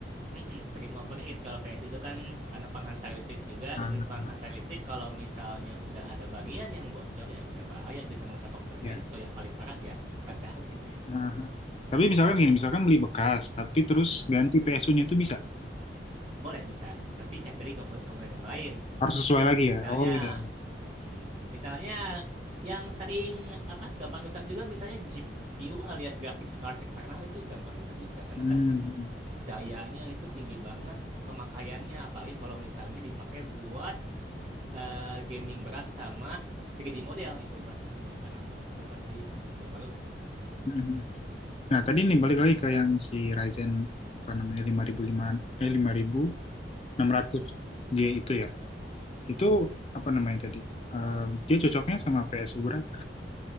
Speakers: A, on the right; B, on the left.
A: Mm-mm, sering overheat kalau PSU itu kan karena penghantar listrik juga
B: Ah,
A: dan penghantar listrik kalau misalnya udah ada bagian yang bocor ya udah bahaya bisa merusak komponen
B: ya
A: lain atau yang paling parah ya meledak.
B: Nah, tapi misalkan gini, misalkan beli bekas, tapi terus
A: Mm-mm.
B: ganti PSU-nya itu bisa.
A: Boleh bisa, tapi cek dari komponen komponen yang lain.
B: Harus sesuai lagi
A: Misalnya,
B: ya. Oh ya.
A: mm misalnya yang sering apa gampang rusak juga misalnya GPU alias graphics card eksternal itu gampang rusak juga karena
B: Hmm.
A: kan dayanya itu tinggi banget pemakaiannya apalagi kalau misalnya dipakai buat eh, gaming berat sama 3D model itu pasti uh, panas banget itu pasti pasti gampang rusak gitu.
B: Hmm. hmm. Nah, tadi nih balik
A: Gitu
B: lagi ke
A: kan
B: yang si Ryzen apa namanya 5005 eh lima ribu enam
A: 600
B: ratus J itu ya.
A: an.
B: Itu apa namanya tadi? Eh, dia cocoknya sama PSU berapa?